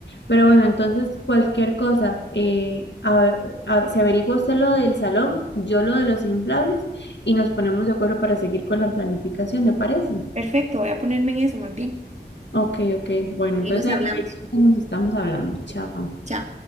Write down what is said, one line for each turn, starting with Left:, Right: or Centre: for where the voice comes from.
Left: pero bueno, entonces cualquier cosa, eh, a- a- se averigua usted lo del salón, yo lo de los inflables y nos ponemos de acuerdo para seguir con la planificación, ¿le parece?
Right: Perfecto, voy a ponerme en eso más bien.
Left: Ok, ok, bueno, entonces
Right: Ahí nos hablamos.
Left: ahí cualquier cosa nos estamos hablando. Chao.
Right: Chao.